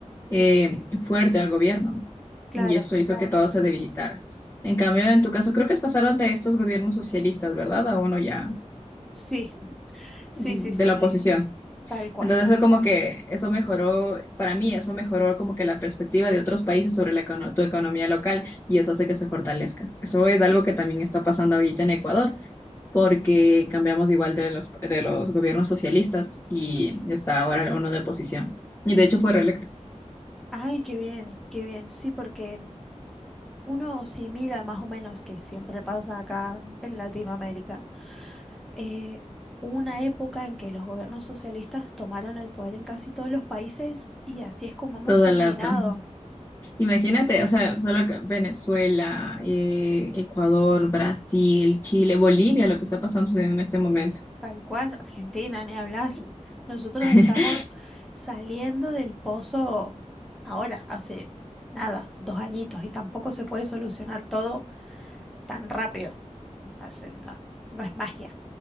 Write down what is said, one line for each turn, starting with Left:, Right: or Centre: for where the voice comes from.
Left: eh, fuerte al gobierno,
Centre: claro,
Left: y esto hizo que todo se debilitara. En cambio, en tu caso, creo que pasaron de estos gobiernos socialistas, ¿verdad? A uno ya
Centre: sí, sí,
Left: de
Centre: sí, sí,
Left: la oposición.
Centre: tal cual.
Left: Entonces eso como que, eso mejoró, para mí eso mejoró como que la perspectiva de otros países sobre la, econo- tu economía local y eso hace que se fortalezca. Eso es algo
Centre: sí.
Left: que también está pasando ahorita en Ecuador, porque cambiamos igual de los, de los gobiernos socialistas y está ahora uno de oposición. Y de hecho fue reelecto.
Centre: Ay, qué bien, qué bien. Sí, porque uno simila más o menos, que siempre pasa acá en Latinoamérica, eh, una época en que los gobiernos socialistas tomaron el poder en casi todos los países y así es como hemos
Left: Todo
Centre: terminado,
Left: el lado. Imagínate, o sea, solo que Venezuela, eh, Ecuador, Brasil, Chile, Bolivia, lo que está pasando en este momento.
Centre: tal cual, Argentina, ni hablar. <laughs> Nosotros
Left: <laughs>
Centre: estamos saliendo del pozo ahora, hace nada, dos añitos, y tampoco se puede solucionar todo tan rápido. Hace- no no es magia.